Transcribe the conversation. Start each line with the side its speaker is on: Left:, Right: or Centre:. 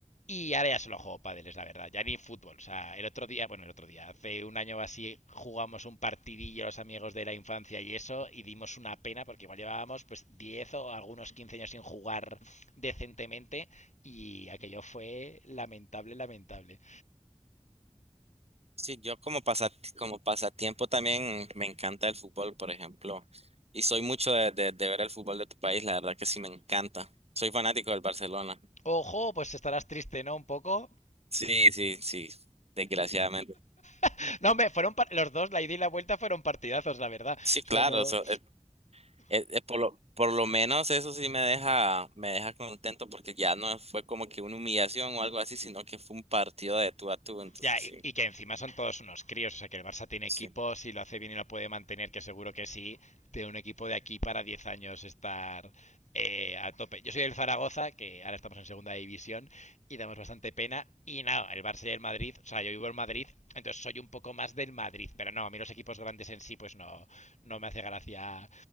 Left: y ahora ya solo juego pádel, es la verdad. Ya ni fútbol. O sea, el otro día, bueno, el otro día, hace un año o así, jugamos un partidillo los amigos de la infancia y eso, y dimos una pena porque igual llevábamos pues 10 o algunos 15 años sin jugar decentemente y aquello fue lamentable, lamentable.
Right: Sí, yo como pasat- como pasatiempo también me encanta el fútbol, por ejemplo. Y soy mucho de, de, de ver el fútbol de tu país, la verdad que sí me encanta. Soy fanático del Barcelona.
Left: Ojo, pues estarás triste, ¿no? Un poco.
Right: Sí, sí, sí, desgraciadamente.
Left: <laughs> No, me fueron par- los dos, la ida y la vuelta fueron partidazos, la verdad.
Right: Sí, claro,
Left: O sea, no,
Right: eso, Eh, eh, por lo, por lo menos eso sí me deja, me deja contento porque ya no fue como que una humillación o algo así, sino que fue un partido de tú a tú. Entonces
Left: Ya,
Right: sí,
Left: y, y que encima son todos unos críos, o sea que el Barça tiene equipo,
Right: sí,
Left: si lo hace bien y lo puede mantener, que seguro que sí, tiene un equipo de aquí para 10 años estar eh, a tope. Yo soy el Zaragoza, que ahora estamos en segunda división y damos bastante pena, y nada, el Barça y el Madrid, o sea, yo vivo en Madrid, entonces soy un poco más del Madrid, pero no, a mí los equipos grandes en sí, pues no, no me hace gracia